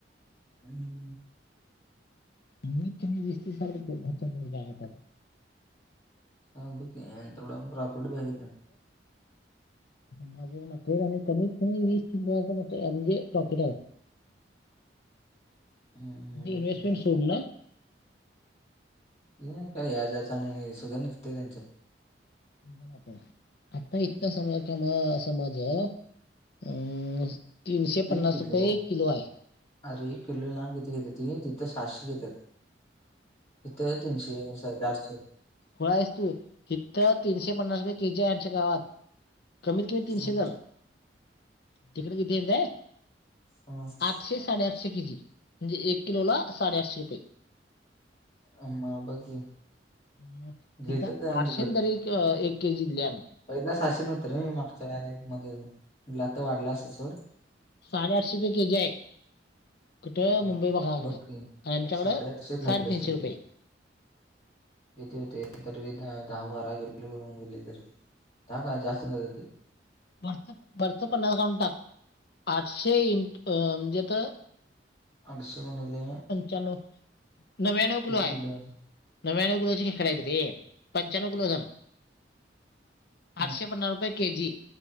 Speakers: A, on the left; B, on the left.
A: हम
B: मी तुम्ही दिसती सार घरच्यात हे पाहितात.
A: चालत कि तेव्हड प्रॉफिट बी आहे का?
B: बाहेर आल्यावर कमीत कमी वीस तीन म्हणजे प्रॉफिट आहे.
A: <inaudible> हम्म देते
B: इन्व्हेस्टमेंट सोडून ना?
A: ते ना काय याजाचा नाही सगळं निघतेय त्यांचं.
B: <inaudible> आता इतका समा कमा समज हे अम्म तीनशे
A: एक
B: पन्नास
A: किलो
B: रुपये एक किलो आहे.
A: अरे एक किलो ला किती घेत्यात, तिथं सहाशे घेत्यात. इथे आहे तीनशे साडे आठशे.
B: फोळा आहेस तू इथं तीनशे पन्नास रुपये के जी आहे आणच्या गावात. कमीत कमी तीनशे
A: मग
B: जण तिकडे किती येतय?
A: हां.
B: आठशे साडेआठशे के जी म्हणजे एक किलोला साडेआठशे रुपये.
A: आह म बघ की.
B: मग
A: घेतात
B: तिथं
A: आणि
B: आठशेन दरी क्य अ एक के जी दिलेयान.
A: पहिल्या सातशे नव्हत रे मी मागच्या <unintelligible> म्हटलं आता वाढला असेल सर.
B: साडे आठशे रुपये के जी आहे. कुठं
A: मग
B: मुंबई भागाकड
A: बघ
B: आणि,
A: की
B: आमच्याकडं
A: साडेआठशे धरलेस
B: साडेतीनशे रुपयेत.
A: येतो येतोय तर विधा गाव बारा गेलो. <unintelligible> ताका जास्ती नव्हती.
B: वरच वरच पन्नास काढून टाक, आठशे इट म्हणजे आता.
A: <unintelligible>
B: चानो नव्याण्णव किलो
A: किती
B: आहे,
A: होतं?
B: नव्याण्णव किलो ची <unintelligible> रे पंच्याण्णव किलो धर.
A: <inaudible>
B: आठशे पन्नास रुपये के जी.